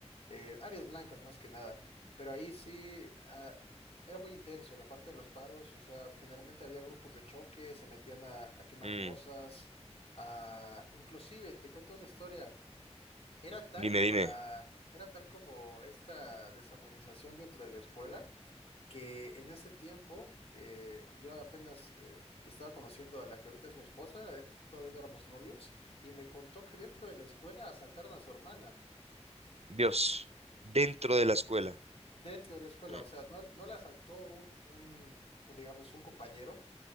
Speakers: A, on the left (about 60°); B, on the right (about 65°).
A: eh, áreas blancas más que nada. Pero ahí sí, ah, era muy intenso la parte de los paros, o sea, generalmente había grupos de choque, se metían a, a quemar
B: Mm,
A: cosas, ah, inclusive, te cuento una historia, era tal
B: dime,
A: como
B: dime.
A: la, era tal como esta desorganización dentro de la escuela, que en ese tiempo eh, yo apenas eh, estaba conociendo a la que ahorita es mi esposa, eh, todavía no éramos novios, y me contó que dentro de la escuela asaltaron a su hermana,
B: Dios, dentro de la escuela.
A: dentro de la escuela,
B: Mm.
A: o sea, no, no la asaltó un, un, un, digamos, un compañero,